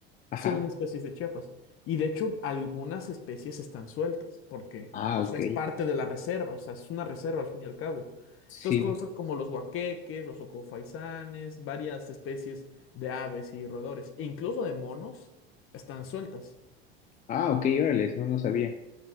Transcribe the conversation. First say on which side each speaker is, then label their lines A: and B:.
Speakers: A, on the left (about 25°); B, on the left (about 40°).
A: Ajá.
B: Son especies de Chiapas. Y de hecho, algunas especies están sueltas, porque,
A: Ah,
B: o
A: ok.
B: sea, es parte de la reserva, o sea, es una reserva al fin y al cabo.
A: Sí.
B: Entonces, cosas como los huaqueques, los ocofaisanes, varias especies de aves y roedores, e incluso de monos, están sueltas.
A: Ah, ok, órale, no, no sabía.